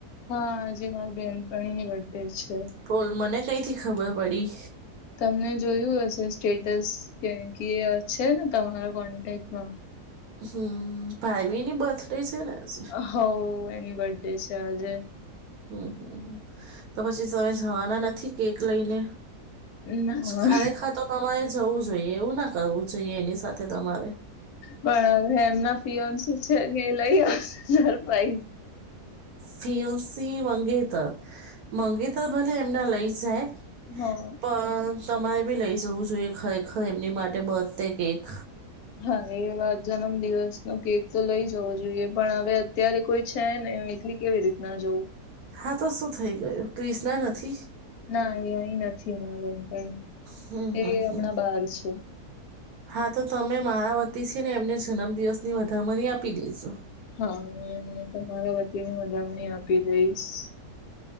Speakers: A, on the left; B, on the right.
A: હા આજે મારી બેહેનપણી ની બર્ડે છે.
B: બોલ મને કઈ થી ખબર પડી
A: તમને જોયું હશે સ્ટેટસ કે કે છે ને તમારા કોન્ટેક્ટમાં
B: હમ્મ ભાઈવીની બર્થડે છે ને આજ
A: હઓ એની બડે છે આજે
B: હમ્મ હમ્મ તો પછી તમે જવાના નથી કેક લઈને
A: ના
B: ખરેખર તો તમારે જવું જોઈએ એવું ના કરવું જોઈએ એની સાથે તમારે
A: પણ હેમના ફિઓન શું છે ને એ લઈ આવશે સરપાઈઝ
B: ફીયસી મંગેતર મંગેતર ભલે એમના લઈ જાય
A: હા
B: પણ તમારે બી લઈ જવું જોઈએ ખરેખર એમની માટે બર્થ ડે કેક
A: હા એ જન્મ દિવસ નો કેક તો લઈ જવો જોઈએ પણ હવે અત્યારે કોઈ છે ને એકલી કેવી રીત ના જવું
B: હા તો શું થઈ ગયું ક્રિષ્ણા નથી
A: ના એ અહી નથી હમણાં
B: હમ
A: એ
B: હમ
A: હમણાં
B: હમ
A: બાર છે
B: હા તો તમે મારા વતી છે ને એમને જન્મદિવસની વધામણી આપી દેજો
A: હા હું એમને તમારા વતીની વધામણી આપી દઈશ.